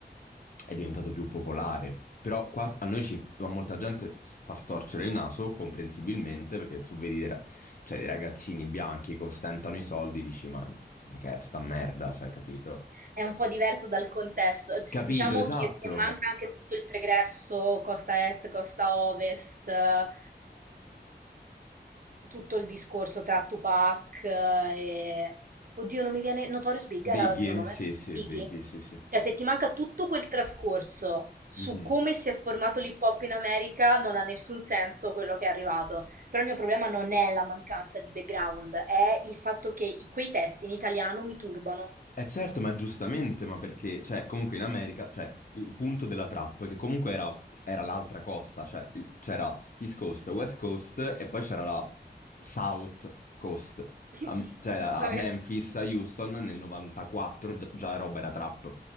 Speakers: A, on the left; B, on the right.
A: è diventato più popolare. Però qua a noi ci a molta gente s- far storcere il naso, comprensibilmente, perché tu vedi dei, ra- cioè, dei ragazzini bianchi che ostentano i soldi, dici ma, ma che è sta merda, cioè, capito?
B: è un po' diverso dal contesto.
A: Capito,
B: Diciamo
A: esatto.
B: che se manca anche tutto il pregresso, costa est, costa ovest, eh, tutto il discorso tra Tupac eh, e... Oddio, non mi viene... Notorious Big
A: Biggie,
B: era l'altro nome?
A: sì, sì,
B: Biggie.
A: Biggie, sì, sì.
B: Cioè, se ti manca tutto quel trascorso su
A: Mhm.
B: come si è formato l'hip hop in America, non ha nessun senso quello che è arrivato. Però il mio problema non è la mancanza di background, è il fatto che i- quei testi in italiano mi turbano.
A: Eh certo, ma giustamente, ma perché, cioè, comunque in America, cioè, il punto della trap, che comunque era, era l'altra costa, cioè, il- c'era East Coast, West Coast, e poi c'era la South Coast,
B: <coughs>
A: A- cioè,
B: Giustamente.
A: a Memphis, a Houston, nel 94, gi- già roba era trap,